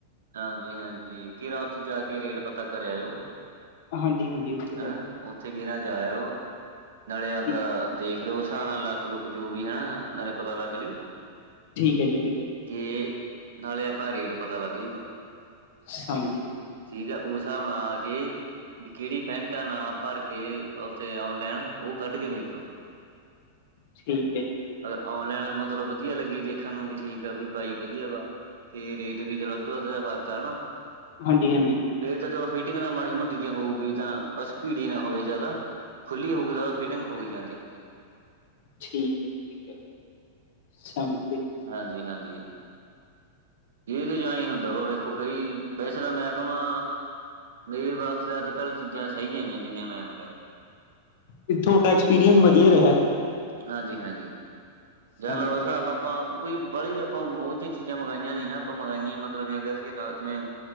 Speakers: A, on the right; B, on the left.
A: ਹਾਂਜੀ-ਹਾਂਜੀ ਕੇਰਾ ਉੱਥੇ ਜਾ ਕੇ, ਰੇਟ ਪਤਾ ਕਰਿ ਆਇਓ
B: ਹਾਂਜੀ-ਹਾਂਜੀ ਉੱਥੇ
A: ਹਨਾ
B: ਜਾ ਕੇ
A: ਉੱਥੇ ਵੀ ਨਾ ਜਾ ਆਇਓ। ਨਾਲੇ ਆਵਦਾ
B: ਠੀਕ
A: ਦੇਖ ਲਓ ਹਿਸਾਬ, ਨਾਲ ਲੱਕ -ਲੁੱਕ ਜੋ ਵੀ ਹਣਾ, ਨਾਲੇ ਪਤਾ ਲੱਗ ਜਉ
B: ਠੀਕ ਹੈ ਜੀ, ਠੀਕ ਹੈ।
A: ਤੇ ਨਾਲੇ ਆਪਾ, ਰੇਟ ਪਤਾ ਲੱਗ ਜਾਉਗਾ
B: ਸਮਝ ਗਏ
A: ਠੀਕ ਆ, ਉਸ ਹਿਸਾਬ ਨਾਲ ਆ ਕੇ ਵੀ ਕਿਹੜੀ ਪੈਂਟਾਂ ਨਾਂ ਭਰ ਕੇ ਉੱਥੇ, ਆਨਲਾਈਨ ਉਹ ਕੱਢ ਕੇ ਦੇਖਿਓ
B: ਠੀਕ ਹੈ ਜੀ, ਠੀਕ ਹੈ।
A: ਆਨਲਾਈਨ, ਮਤਲਬ ਵਧੀਆ ਲੱਗੀ ਦੇਖਣ ਨੂੰ, ਵੀ ਠੀਕ ਆ ਵੀ ਭਾਈ ਵਧੀਆ ਵਾ ਤੇ ਰੇਟ ਵੀ ਚਲੋ ਅਧੋ -ਅੱਧ ਦਾ ਫਰਕ ਆ ਨਾ
B: ਹਾਂਜੀ-ਹਾਂਜੀ
A: ਫਿਰ ਤਾਂ ਚਲੋ ਫਿਟਿੰਗ ਤਾਂ ਮਾੜੀ ਮੋਟੀ ਜੇ ਹੋਊਗੀ ਤਾਂ ਬਸ ਭੀੜੀ ਨਾ ਹੋਵੇ ਜ਼ਿਆਦਾ ਖੁੱਲੀ ਹੋਊਗੀ ਤਾਂ ਫਿਟਿੰਗ ਹੋਈ ਈ ਜਾਂਦੀ ਹੁੰਦੀ ਏ
B: ਠੀਕ ਹੈ ਜੀ, ਠੀਕ ਹੈ, ਸਮਝਗਿਆ ਜੀ
A: ਹਾਂਜੀ- ਹਾਂਜੀ ਇਹਦੇ ਚ ਆਈ ਹੁੰਦਾ ਵਾ ਵੇਖੋ ਭਾਈ, ਵੈਸੇ ਤਾਂ ਮੈਂ ਕਵਾ ਮੇਰੇ ਪਾਸ ਤੇ ਅੱਜ ਕੱਲ੍ਹ ਚੀਜ਼ਾਂ ਸਹੀ ਆਈਆਂ ਜਿੰਨੀਆਂ ਮੈਂ ਮੰਗਾਈਆਂ
B: ਕਿ ਥੋਡਾ ਐਕਸਪੀਰੀਅੰਸ ਵਦੀਆ ਰਿਹਾ
A: ਹਾਂਜੀ ਹਾਂਜੀ
B: ਸਮਝ
A: ਜਾਂ ਲਾਓ
B: ਗਏ
A: ਹਿਸਾਬ ਆਪਾਂ ਕੋਈ ਬਾਹਲੀ ਆਪਾਂ ਉਹ ਜਿਹੀਆਂ ਚੀਜ਼ਾਂ ਮੰਗਾਈਆਂ ਨੀ ਨਾ ਆਪਾਂ ਮੰਗਾਈਆਂ ਮਤਲਬ ਜਿਵੇਂ ਕਹਿ ਦੀਏ ਨਾ ਜਿਵੇਂ